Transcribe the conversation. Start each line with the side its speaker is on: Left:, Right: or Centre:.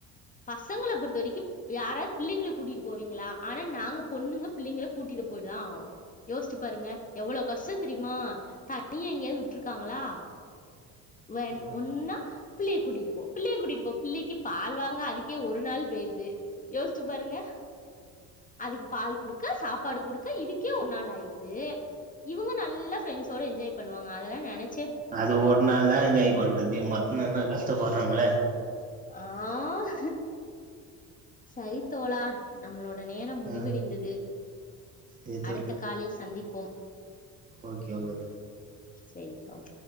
Left: பசங்கள பொறுத்த வரைக்கு யாராவ்து பிள்ளைங்கள கூட்டிட்டு போவீங்களா ஆனா நாங்க பொண்ணுங்க பிள்ளைங்கள கூட்டிட்டு போய்தா ஆகணு யோஸ்ச்சு பாருங்க எவளோ கஷ்டந் தெரியுமா உள்ள எங்யாவ்து விட்டுருக்காங்களா வேற
Right: ஆமா
Left: ஒன்னா பிள்ளையகூட்டிட்டு போ பிள்ளைய கூட்டிட்டு போ பிள்ளைக்கு பால் வாங்க அதுக்கே ஒரு நாள் போயிருது யோஸ்ச்சு பாருங்க அதுக்கு பால் குடு க்க சாப்பாடு குடுக்க இதுக்கே ஒரு நாள் ஆயிடுது இவுங்க நல்லா ஃபிரெண்ட்ஸ்சோட என்ஜாய் பண்ணுவாங்க அதெல்லா நெனச்
Right: அது ஒரு நாள் தா என்ஜாய் பண்றது மத்த நாள்லா கஷ்டப்பட்றோல
Left: ஆஹ் சரி தோழா நம்மளோ ட நேரம் முடிவடைந்தது
Right: ஆ சரி
Left: அடுத்த காலில் சந்திப் போம்
Right: ஓகேங்க
Left: செரி கால்